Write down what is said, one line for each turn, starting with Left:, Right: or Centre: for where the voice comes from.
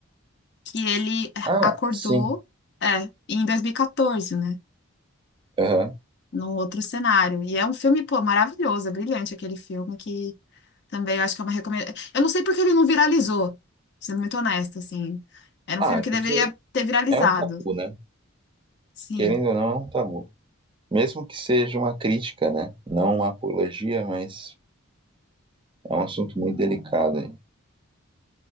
Left: que ele
Right: Ah,
Left: acordou,
Right: sim.
Left: é, em 2014, né?
Right: Aham.
Left: num outro cenário. E é um filme, pô, maravilhoso, é brilhante aquele filme que também eu acho que é uma recomendação. Eu não sei porque ele não viralizou, sendo muito honesta, assim. Era
Right: Ah,
Left: um filme
Right: é
Left: que
Right: porque
Left: deveria ter viralizado,
Right: é um tabu, né?
Left: sim.
Right: Querendo ou não, é um tabu. Mesmo que seja uma crítica, né? Não uma apologia, mas é um assunto muito delicado, aí,